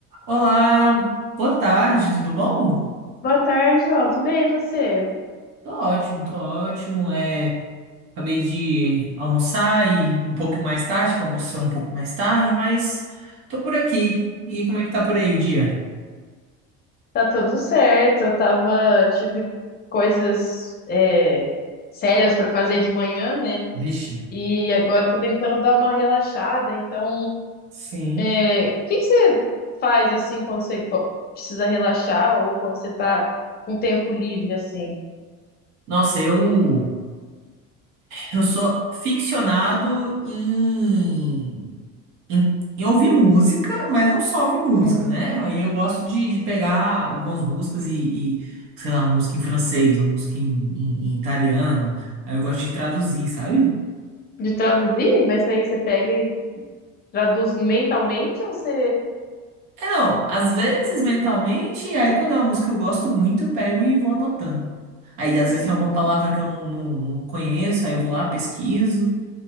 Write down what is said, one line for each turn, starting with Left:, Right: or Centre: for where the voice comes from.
Right: Olá, boa tarde, tudo bom?
Left: Boa tarde, João. Tudo bem, e você?
Right: Tô ótimo, tô ótimo. É, acabei de almoçar e um pouco mais tarde, que eu almocei um pouco mais tarde, mas tô por aqui. E como é que tá por aí o dia?
Left: Tá tudo certo. Eu tava, tive coisas é, sérias pra fazer de manhã, né?
Right: Vixe.
Left: E agora eu tô tentando dar uma relaxada. Então,
Right: Sim.
Left: é, o que que você faz assim quando você go- precisa relaxar ou quando você tá com tempo livre assim?
Right: Nossa, eu eu sou ficcionado em em, em ouvir música, mas não só ouvir música,
Left: Hum,
Right: né? Aí eu gosto de, de pegar algumas músicas e, e, sei lá, uma música em francês, uma música em, em- em italiano. Aí eu gosto de traduzir, sabe?
Left: De traduzir? Mas aí você pega e traduz mentalmente ou você
Right: É, não, às vezes mentalmente, aí quando é uma música que eu gosto muito, eu pego e vou anotando. Aí às
Left: Entendi.
Right: vezes tem alguma palavra que eu não, não, não conheço, aí eu vou lá, pesquiso